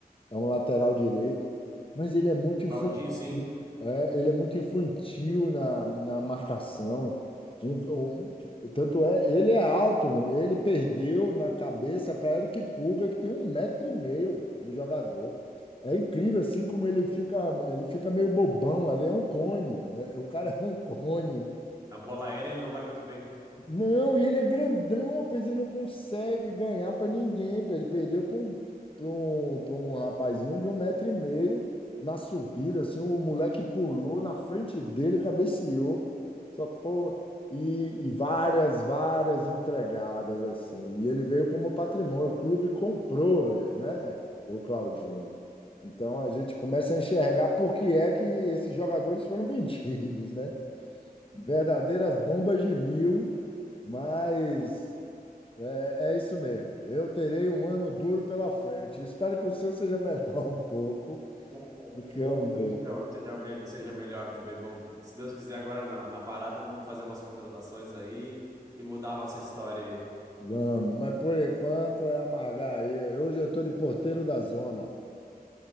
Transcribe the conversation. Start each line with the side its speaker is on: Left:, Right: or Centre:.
Left: é um lateral direito, mas ele é muito
Right: Claudinho,
Left: infantil,
Right: sim.
Left: é, ele é muito infantil na, na marcação. Um- um- tanto é, ele é alto, ele perdeu na cabeça para Eric Pulga, que tem um metro e meio, velho, de jogador. É incrível assim como ele fica, ele fica meio bobão ali, é um cone. É, é- o cara é um cone.
Right: A bola aérea ele não vai muito bem.
Left: Não, e ele é grandão, rapaz, e não consegue ganhar para ninguém. pô. Ele perdeu para um, pra um, pra um rapazinho de um metro e meio na subida, assim, o moleque pulou na frente dele, cabeceou. Só, pô, e, e várias, várias entregadas, assim. E ele veio como patrimônio. O clube comprou, né, o Claudinho. Então a gente começa a enxergar por que é que esses jogadores foram <laughs> vendidos, né? Verdadeiras bombas de mil, mas é, é isso mesmo. Eu terei um ano duro pela frente. Espero que o seu seja melhor <laughs> um pouco
Right: É,
Left: do que
Right: Eu espero
Left: o
Right: que
Left: meu.
Right: você seja, seja, mel- seja melhor também. Vamos, se Deus quiser, agora na, na parada, vamos fazer umas contratações aí e mudar a nossa história
Left: Vamos, mas por enquanto é amargar aí. Hoje eu estou de porteiro da zona.